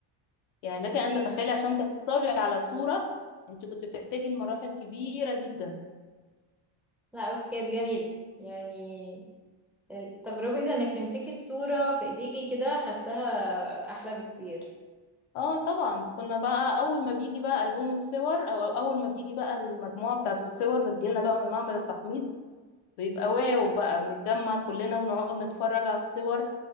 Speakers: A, on the left (about 80°); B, in the centre.
A: يعني لك أن
B: ايوه
A: تتخيلي عشان تحصلي على صورة انت كنت بتحتاجي لمراحل كبيرة جدا
B: لا بس كانت جميله يعني تجربه انك تمسكي الصوره في ايديكي كده حاساها احلى بكتير
A: اه طبعا كنا بقى اول ما بيجي بقى ألبوم الصور او اول ما بيجي بقى المجموعة بتاعة الصور بتجيلنا بقى من معمل التحميض بيبقى واو بقى بنتجمع كلنا ونقعد نتفرج على الصور